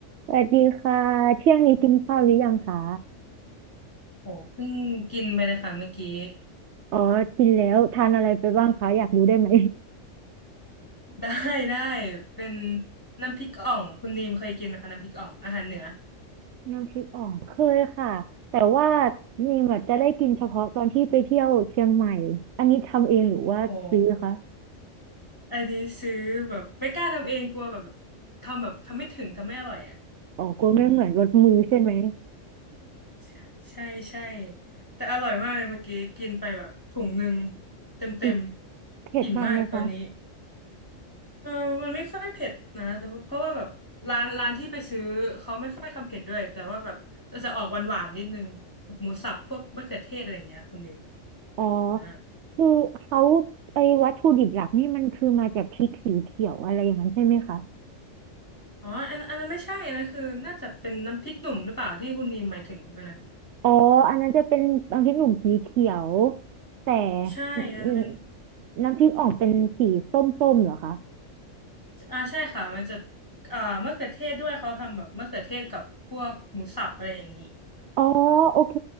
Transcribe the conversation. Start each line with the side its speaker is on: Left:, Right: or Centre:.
Right: สวัสดีค่ะเที่ยงนี้กินข้าวหรือยังคะ
Left: โหเพิ่งกินไปเลยค่ะเมื่อกี้
Right: อ๋อกินแล้วทานอะไรไปบ้างคะอยากรู้ได้ไหม
Left: <laughs> ได้ได้เป็นน้ำพริกอ่องคุณนีมเคยกินไหมคะน้ำพริกอ่องอาหารเหนือ
Right: <laughs> น้ำพริกอ่องเคยค่ะแต่ว่านี่แบบจะได้กินเฉพาะตอนที่ไปเที่ยวเชียงใหม่อันนี้ทำเองหรือว่าซื้อคะ
Left: โหอันนี้ซื้อแบบไม่กล้าทำเองกลัวแบบทำแบบทำไม่ถึงทำไม่อร่อยอ่ะ
Right: อ๋อกลัวไม่เหมือนรสมือใช่ไหม
Left: อืมใช่ใช่แต่อร่อยมากเลยเมื่อกี้กินไปแบบถุงหนึ่งเต็มเต็ม
Right: อืมเผ็ดมากไหมคะ
Left: อิ่มมากตอนนี้ เออมันไม่ค่อยเผ็ดนะแต่ว่าเพราะว่าแบบร้านร้านที่ไปซื้อเขาไม่ค่อยทำเผ็ดด้วยแต่ว่าแบบจะจะออกหวานหวานนิดนึงกับหมูสับพวกมะเขือเทศอะไรอย่างเงี้ยคุณนิม
Right: อ๋อ
Left: อ่า
Right: คือเขาไอ้วัตถุดิบหลักนี่มันคือมาจากพริกสีเขียวอะไรอย่างนั้นใช่ไหมคะ
Left: อ๋ออันอันนั้นไม่ใช่อันนั้นคือน่าจะเป็นน้ำพริกหนุ่มหรือเปล่าที่คุณนิมหมายถึงอันนั้น
Right: อ๋ออันนั้นจะเป็นน้ำพริกหนุ่มสีเขียวแต่
Left: ใช่อันนั้นเป็น
Right: อืมน้ำพริกอ่องเป็นสีส้มๆเหรอคะ
Left: อ่าใช่ค่ะมันจะอ่ามะเขือเทศด้วยเขาทำแบบมะเขือเทศกับพวกหมูสับอะไรอย่างนี้
Right: อ๋อโอเค